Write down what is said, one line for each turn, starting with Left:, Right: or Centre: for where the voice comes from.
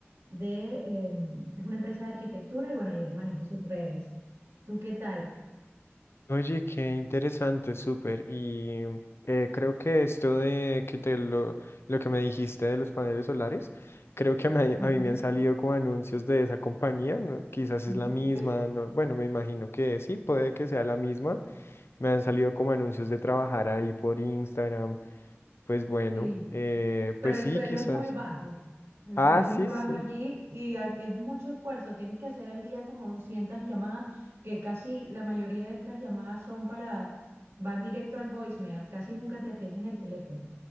Right: de, eh, es una empresa de arquitectura y bueno, yo le manejo sus redes. ¿Tú qué tal?
Left: Oye, qué interesante, súper. Y eh, creo que esto de que te lo, lo que me dijiste de los paneles solares, creo que me-
Right: Ujú.
Left: a mí me han salido como anuncios de esa compañía, ¿no? Quizás es
Right: <laughs>
Left: la misma, no- bueno, me imagino que sí, puede que sea la misma. Me han salido como anuncios de trabajar ahí por Instagram. Pues bueno,
Right: Sí.
Left: eh,
Right: pero
Left: pues
Right: el
Left: sí,
Right: sueldo
Left: quizás.
Right: es muy bajo. El
Left: Ah,
Right: sueldo
Left: sí,
Right: es muy bajo
Left: sí.
Right: allí y, a- y es mucho esfuerzo. Tienes que hacer al día como 200 llamadas, que casi la mayoría de estas llamadas son para, van directo al voicemail, casi nunca te atienden el teléfono.